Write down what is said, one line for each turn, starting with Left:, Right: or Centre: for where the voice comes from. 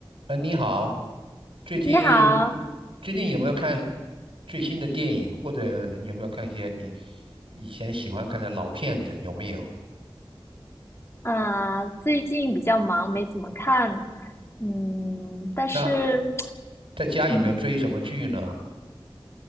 Right: 嗯，你好，最近
Left: 你好，
Right: 最近有没有看最新的电影，或者有没有看一些你以前喜欢看的老片子？有没有？
Left: 啊、最近比较忙，没怎么看，嗯，但是，
Right: 那在家有没有追什么剧呢？
Left: 嗯，